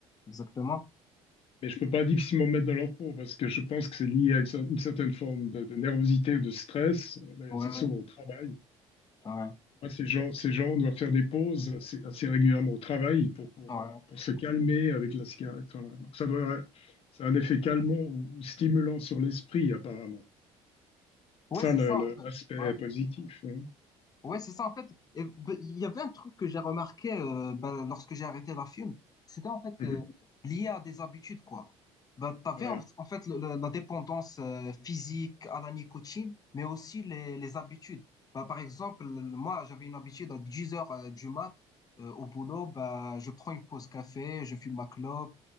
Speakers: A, on the left; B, on the left.
A: exactement.
B: Mais je peux pas difficilement me mettre dans leur peau parce que je pense que c'est lié à une, cer- une certaine forme de, de nervosité ou de stress. D'ailleurs,
A: Ouais,
B: c'est souvent au travail.
A: ouais,
B: Moi, ces gens, ces gens doivent faire des pauses assez, assez régulièrement au travail pour, pour,
A: ouais.
B: euh, pour se calmer avec la cigarette. Voilà. Donc, ça doit, ça a un effet calmant ou stimulant sur l'esprit, apparemment.
A: Ouais,
B: Ça,
A: c'est
B: le-
A: ça
B: le-
A: en fait.
B: l'aspect
A: Ouais.
B: positif. hein.
A: Ouais, c'est ça, en fait. Et, ben, il y avait un truc que j'ai remarqué euh, ben, lorsque j'ai arrêté la fume, c'était en fait
B: Mhm.
A: euh, lié à des habitudes, quoi. Ben, t'avais
B: Voilà.
A: en, en fait le- le- la dépendance euh, physique à la nicotine, mais aussi les, les habitudes. Ben, par exemple, le- moi, j'avais une habitude à 10 heures euh, du mat euh, au boulot, ben, je prends une pause café, je fume ma clope.